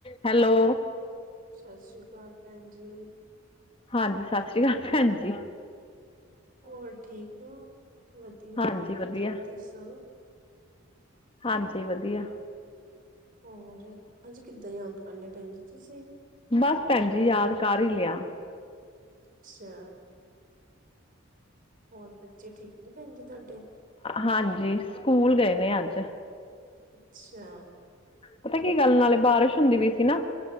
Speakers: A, on the left; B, on the right.
A: Hello
B: ਸਤਿ ਸ਼੍ਰੀ ਅਕਾਲ ਪੈਣ ਜੀ।
A: ਹਾਂਜੀ ਸਤਿ ਸ਼੍ਰੀ ਅਕਾਲ ਪੈਣ ਜੀ।
B: ਹੋਰ ਠੀਕ ਹੋ ਵਧੀਆ-ਵਧੀਆ
A: ਹਾਂਜੀ ਵਧੀਆ
B: ਤੁਸੀਂ ਦੱਸੋ?
A: ਹਾਂਜੀ ਵਧੀਆ।
B: ਹੋਰ ਅੱਜ ਕਿੱਦਾਂ ਯਾਦ ਕਰ ਲਿਆ ਪੈਣ ਜੀ ਤੁਸੀਂ
A: ਬਸ ਪੈਣ ਜੀ ਯਾਦ ਕਰ ਹੀ ਲਿਆ।
B: ਅੱਛਾ। ਹੋਰ? ਬੱਚੇ ਠੀਕ ਨੇ ਪੈਣ ਜੀ ਤੁਹਾਡੇ
A: ਹਾਂਜੀ ਸਕੂਲ ਗਏ ਨੇ ਅੱਜ।
B: ਅੱਛਾ।
A: ਪਤਾ ਕੀ ਗੱਲ ਨਾਲੇ ਬਾਰਿਸ਼ ਹੁੰਦੀ ਵੀ ਸੀ ਨਾ